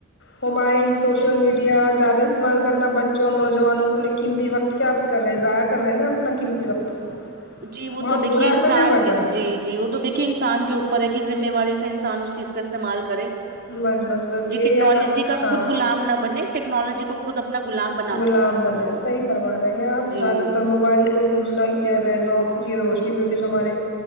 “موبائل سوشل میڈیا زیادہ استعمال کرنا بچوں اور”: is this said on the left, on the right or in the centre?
Left